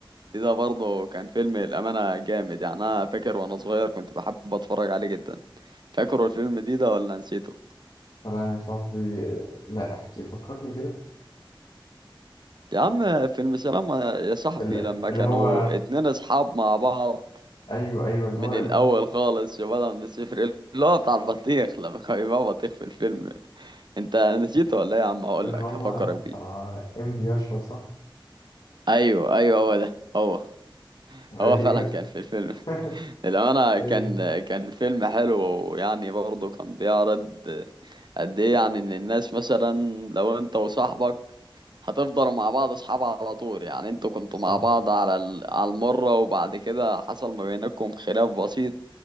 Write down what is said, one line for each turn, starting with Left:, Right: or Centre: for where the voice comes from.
Right: دي ده برضه كان فيلم الامانه جامد يعني انا فاكر وانا صغير كنت بحب اتفرج عليه جدا فاكر الفيلم دي ده ولا نسيته
Left: سلام يا صاحبي لا احكي فكرني كده
Right: يا عم فيلم سلام يا صاحبي
Left: ال-
Right: لما
Left: اللي
Right: كانوا
Left: هو
Right: اتنين اصحاب مع بعض
Left: أيوه أيوه اللي
Right: من
Left: هو
Right: الاول خالص بدل من الصفر اللي هو بتاع البطيخ لما كان يبقى بطيخ في الفيلم انت نسيته ولا ايه يا عم هقول
Left: اللي
Right: لك
Left: هما
Right: هفكرك
Left: بتاع
Right: بيه
Left: إم دي أشوا صح؟
Right: ايوه ايوه هو ده هو
Left: أيوه
Right: هو فعلا كان في الفيلم <laughs>
Left: <laughs>
Right: للأمانة
Left: أيوه
Right: كان كان فيلم حلو ويعني برضه كان بيعرض قد ايه يعني ان الناس مثلا لو انت وصاحبك هتفضلوا مع بعض اصحاب على طول يعني انتوا كنتوا
Left: صح
Right: مع بعض على ال- على المرة وبعد كده حصل ما بينكم خلاف بسيط